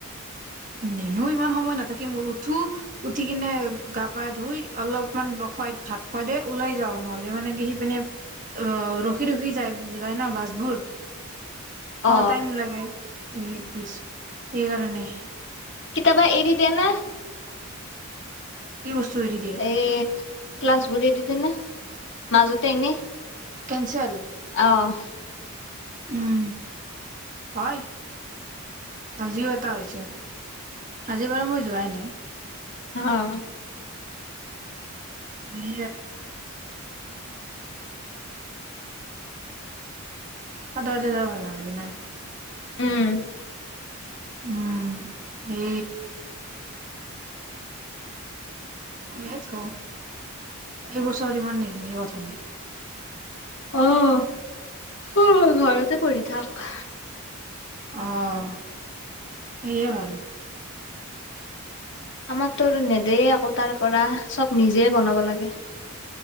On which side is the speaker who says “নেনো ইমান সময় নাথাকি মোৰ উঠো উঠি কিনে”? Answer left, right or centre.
Right